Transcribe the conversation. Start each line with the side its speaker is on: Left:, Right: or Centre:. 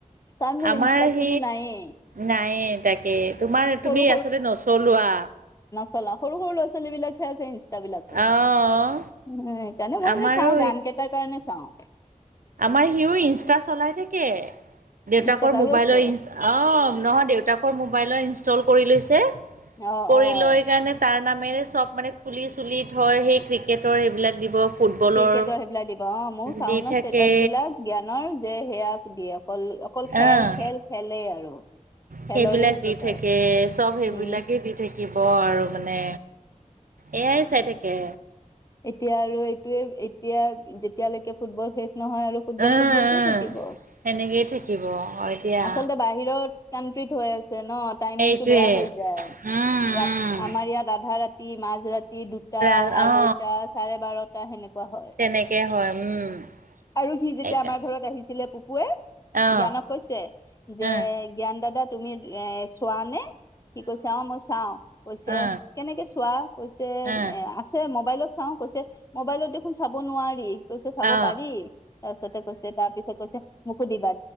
Left: কাৰণ মোৰ
Right: আমাৰ
Left: ইনষ্টাত
Right: স
Left: কোনো নায়েই
Right: নাইয়ে তাকে তোমাৰ
Left: সৰু
Right: তুমি আচলতে নচলোৱা।
Left: চলাই সৰু সৰু ল'ৰা ছোৱালী বিলাকেহে ইষ্টা বিলাকত।
Right: আহ
Left: উম সেইকাৰণে মই
Right: আমাৰো
Left: এনে চাওঁ গান কেইটাৰ কাৰণে চাওঁ।
Right: আমাৰ সিও ইনষ্টা চলাই থাকে। দেউতাকৰ
Left: ইনষ্টাত
Right: মোবাইলৰ
Left: আৰু আছে
Right: অ নহয় দেউতাকৰ মোবাইলৰ ইনষ্টল কৰি লৈছে।
Left: অ
Right: কৰি
Left: অ
Right: লৈ কাৰণে তাৰ নাম মেৰে চব মানে কুলি চুলি থয়, সেই ক্ৰিকেটৰ সেইবিলাক দিব। ফুটবলৰ
Left: ক্ৰিকেটৰ সেইবিলাক দিব অ ময়ো চাও
Right: দি
Left: ন
Right: থাকে
Left: ষ্টেটাছ বিলাক জ্ঞানৰ যে সেয়াক দিয়ে, অকল অকল খেল
Right: আহ
Left: খেল খেলেই আৰু। খেলৰে
Right: সেইবিলাক
Left: ষ্টেটাচ
Right: দি থাকে চব
Left: উম
Right: সেইবিলাকেই দি থাকিব আৰু মানে এয়াই চাই থাকে।
Left: এতিয়া আৰু এইটোয়ে এতিয়া যেতিয়ালৈকে ফুটবল শেষ নহয় আৰু ফুটবল
Right: উম
Left: ফুটবল কি
Right: উম
Left: থাকিব।
Right: সেনেকেই থাকিব হয় দিয়া
Left: আচলতে বাহিৰত কান্ট্ৰীত হৈ আছে ন টাইমিংটো
Right: সেইটোৱে
Left: বেয়া হৈ যায়।
Right: উম
Left: ৰাতি
Right: উম
Left: আমাৰ ইয়াত আধা ৰা তি, মাজ ৰাতি দুটা,
Right: ৰা
Left: আঢ়ৈটা,
Right: অ
Left: চাৰে বাৰটা সেনে কুৱা হয়,
Right: তেনেকে হয় উম
Left: আৰু সি যেতিয়া
Right: সেইকাৰ
Left: আমাৰ ঘৰত আহিছিলে পুৱে
Right: অ
Left: জ্ঞানক কৈছে যে,
Right: অ
Left: জ্ঞান দাদা তুমি এ চোৱা নে? সি কৈছে অ মই চাও কৈছে
Right: অ
Left: কেনেকে চোৱা কৈছে
Right: অ
Left: এ আছে মোবাইলত চাওঁ কৈছে মোবাইলত দেখোন চাব নোৱাৰি, কৈছে চাব
Right: অ অ অ অ অ অ অ অ অ অ অ অ
Left: পাৰি তাৰপিছতে কৈছে তাৰ পিছত কৈছে মোকো দিবা।